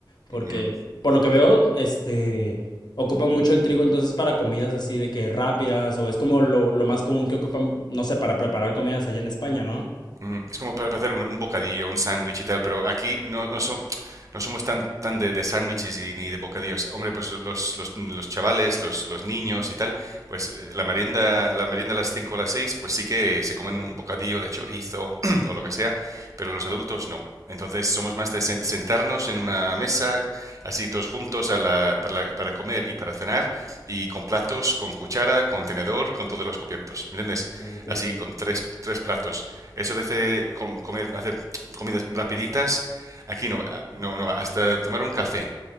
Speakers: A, on the left; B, on the right.
A: Porque,
B: Mm. mm.
A: por lo que veo, este, ocupan mucho el trigo entonces para comidas así de que rápidas o es como lo, lo más común que ocupan, no sé, para preparar comidas allá en España, ¿no?
B: Ujú. Es como para, para hacer un, un bocadillo, un sándwich y tal, pero aquí no, no, so- no somos tan, tan de, de sándwiches y- ni de bocadillos. Hombre, pues los, los, los chavales, los, los niños y tal, pues eh, la merienda, la merienda a las 5 o las 6 pues sí que se comen un bocadillo de chorizo <clears throat> o lo que sea, pero los adultos no. Entonces somos más de sen- sentarnos en una mesa, así todos juntos a la- para, la- para comer y para cenar, y con platos, con cuchara, con tenedor, con todos los cubiertos, ¿me entiendes?
A: Ah, ok,
B: Así,
A: ok.
B: con tres, tres platos. Eso de hacer, com- comer, hacer comidas rapiditas, aquí no va, no, no va. Hasta tomar un café.